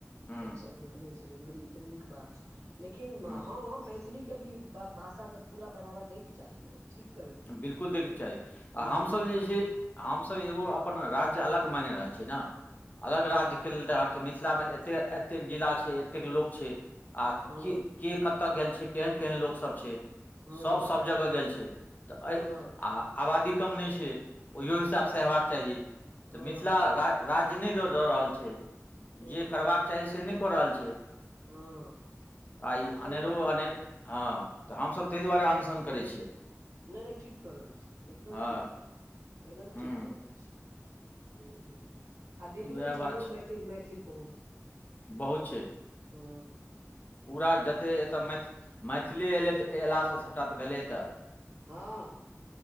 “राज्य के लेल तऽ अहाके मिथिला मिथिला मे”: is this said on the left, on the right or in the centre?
Left